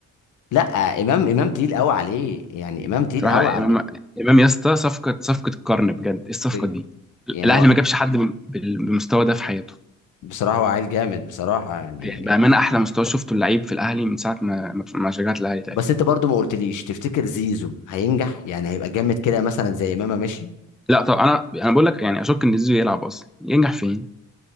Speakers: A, on the left; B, in the centre.
A: لا امام امام تقيل قوي عليه يعني امام تقيل
B: صراحه
A: قوي عليه
B: امام امام يا اسطى صفقه صفقه القرن بجد ايه الصفقه
A: ب...
B: دي
A: يعني
B: الاهلي
A: هو
B: ما جابش حد بال- بالمستوى ده في حياته
A: بصراحه هو عيل جامد بصراحه يعني
B: يعني بامانه احلى مستوى شفته اللعيب في الاهلي من ساعه ما ما ما شجعت الاهلي تقريبا
A: بس انت برضو ما قلتليش تفتكر زيزو هينجح يعني هيبقى جامد كده مثلا زي امام ماشي
B: لا طب انا انا بقول لك يعني اشك ان زيزو يلعب اصلا ينجح فين